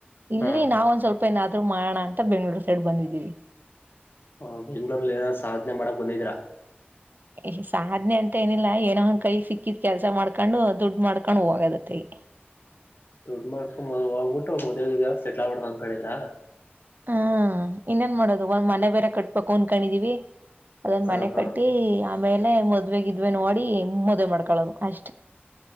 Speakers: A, on the right; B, on the left.
A: ಇಲ್ಲಿ
B: ಹಾ ಹಾ
A: ನಾವ್ ಒಂದ್ ಸ್ವಲ್ಪ್ ಪ್ಪ ಏನಾದ್ರು ಮಾಡಣ ಅಂತ ಬೆಂಗಳೂರು ಸೈಡ್ ಬಂದಿದ್ದೀವಿ.
B: ಹ ಬೆಂಗಳೂರಲ್ಲಿ ಏನೋ ಸಾಧನೆ ಮಾಡಕ್ ಬಂದಿದ್ದಿರಾ.
A: ಏ ಸಾಧನೆ ಅಂತ ಏನಿಲ್ಲಾ ಏನೋ ಒನ್ ಕೈ ಸಿಕ್ಕಿದ್ ಕೆಲಸ ಮಾಡ್ಕೊಂಡು ದುಡ್ಡು ಮಾಡ್ಕೊಂಡು ಹೋಗದತ್ತಗೆ.
B: ದುಡ್ಡು ಮಾಡ್ಕೊಂಡ ಹೋಗ್ಬಿಟ್ಟು ಮದುವೆ ಗಿದುವೆ ಆಗಿ ಸೆಟ್ಲ್ ಆಗಬೂಡಣ್ಣ ಅನ್ನಕೊಂಡಿದ್ದೀರಾ.
A: ಹಾ ಇನ್ನೇನ್ ಮಾಡೋದು ಒನ್ ಮನೆ ಬೇರೆ ಕಟ್ಬೇಕು ಅನ್ನಕೊಂಡಿದೀವಿ. ಅದನ್
B: ಹಾ
A: ಮನೆ
B: ಹಾ
A: ಕಟ್ಟಿ ಆಮೇಲೆ ಮದ್ವೆ ಗಿದ್ವೆ ನೋಡಿ ಮದ್ವೆ ಮಾಡ್ಕಳದು ಅಷ್ಟೇ.